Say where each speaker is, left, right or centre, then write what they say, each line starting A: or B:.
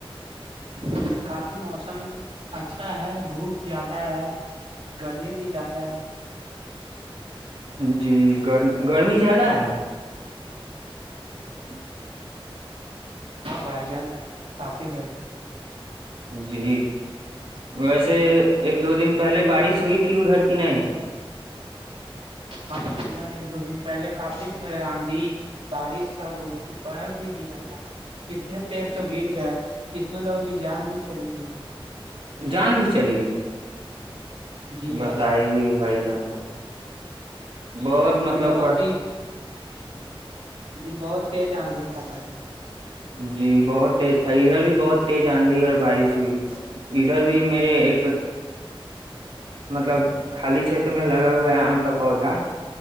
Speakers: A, on the right; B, on the right.
A: ادھر کافی موسم اچھا ہے دھوپ زیادہ ہے گرمی بھی زیادہ ہے
B: جی گر گرمی زیادہ ہے <inaudible>
A: ہاں بھائی جان کافی گرمی
B: جی ویسے ایک دو دن پہلے بارش ہوئی تھی ادھر کہ نہیں
A: ہاں اان ایک دو دن پہلے کافی آندھی بارش سب ہوئی تھی برف بھی گرا تھا کتنے پیر تو گر گیا کتنے لوگوں کی جان بھی چلی گئی ہے
B: جان بھی چلی گئی
A: جی بھائی
B: بتائیے
A: جان
B: بھائی جان بہت
A: اس دن
B: مطلب
A: بہت
B: پا
A: ہی اس
B: <inaudible>
A: دن بہت تیز آندی تھاپائی ہاں
B: جی بہت تیز تھا ادھر بھی بہت تیز آندھی اور بارش ہوئی ادھر بھی میرے ایک مطلب خالی چھیتر میں لگا ہوا ہے آم کا پودا